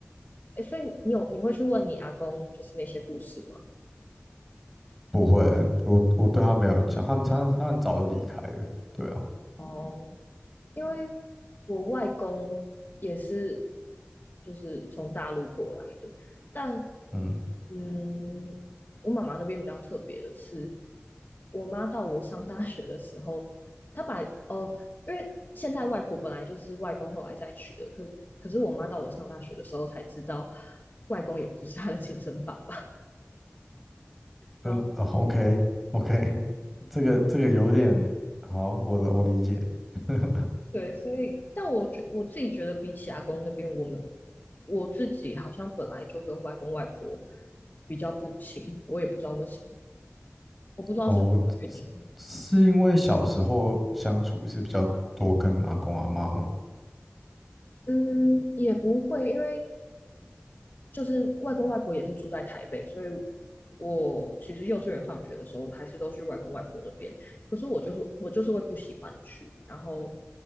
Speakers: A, on the left; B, in the centre.
A: 哎，所以你有你会去问你阿公就是那些故事吗？
B: 不会，我我对他没有印象，他他他很早就离开了，对啊，
A: 哦，因为我外公也是，就是从大陆过来的，但
B: 嗯
A: 嗯，我妈妈那边比较特别的是，我妈到我上大学的时候，她把哦，因为现在外婆本来就是外公后来再娶的，可可是我妈到我上大学的时候才知道，外公也不是她的亲生爸爸。然后。
B: 嗯，OK OK，<laughs> 这个这个有点好，我的我理解，<laughs>
A: 对，所以，但我觉我自己觉得，比起阿公那边，我们我自己好像本来就跟外公外婆比较不亲，我也不知道为什么，我不知道是不是这个原因。
B: 哦，是是因为小时候相处是比较多跟阿公阿嬷嘛。
A: 嗯，也不会，因为就是外公外婆也是住在台北，所以我其实幼稚园放学的时候还是都去外公外婆那边。可是我就是我就是会不喜欢去，然后